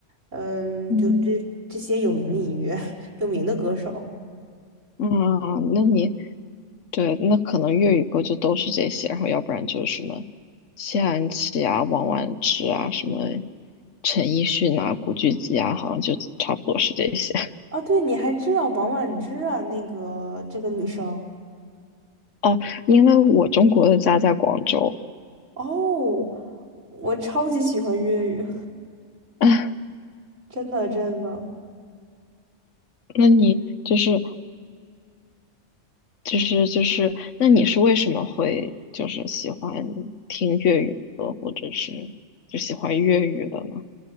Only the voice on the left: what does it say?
嗯
嗯，那你，对，那可能粤语歌就都是这些，然后要不然就是什么谢安琪啊、王婉之啊、什么陈奕迅啊、古巨基啊，好像就差不多是这些。
哦，因为我中国的家在广州，
<laughs> 啊，
那你就是就是就是，那你是为什么会就是喜欢听粤语歌，或者是就喜欢粤语的呢？